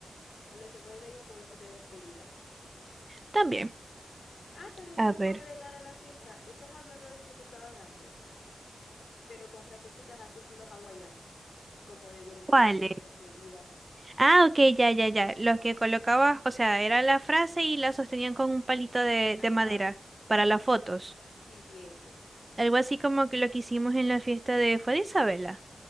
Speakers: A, on the left; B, on the right.
A: O le hacemos desayuno como la fiesta de despedida.
B: También.
A: Ah, también
B: A
A: podemos
B: ver.
A: agregar a la fiesta esos habladores que se usaban antes, pero con frasecitas así estilo hawaiano, como de buen viaje,
B: ¿Cuáles?
A: de despedida.
B: Ah, ok, ya, ya, ya. Los que colocabas, o sea, era la frase y la sostenían con un palito de,
A: Ajá.
B: de madera para
A: Sí,
B: las fotos.
A: sí, sí, ese.
B: Algo así como que lo que hicimos en la fiesta de, fue de Isabela,